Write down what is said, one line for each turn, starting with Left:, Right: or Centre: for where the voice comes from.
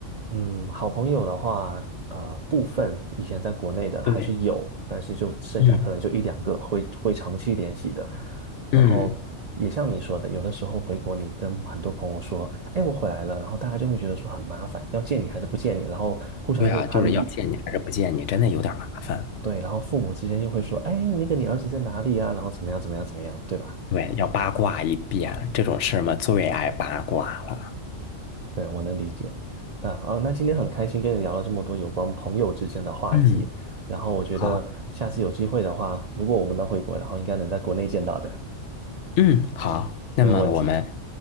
Right: 嗯，好朋友的话，呃，部分以前在国内的还是有，
Left: 对，
Right: 但是就剩下可能就一两个会会长期联系的。
Left: 嗯，
Right: 然后也像你说的，
Left: 嗯，
Right: 有的时候回国，你跟很多朋友说，哎，我回来了，然后大家就会觉得说很麻烦，要见你还是不见你，然后互相又会攀比，
Left: 对啊，就是要见你还是不见你，真的有点麻烦，
Right: 对，然后父母之间又会说，哎，那个你儿子在哪里啊？然后怎么样怎么样怎么样，对吧？
Left: 对，要八卦一遍，这种事儿嘛，最爱八卦了，
Right: 对，我能理解。那啊，那今天很开心跟你聊了这么多有关朋友之间的话题，
Left: 嗯，
Right: 然后我觉得下次有机会的话，
Left: 好，
Right: 如果我们能回国，然后应该能在国内见到的，
Left: 嗯，好，那么我们
Right: 没有问题。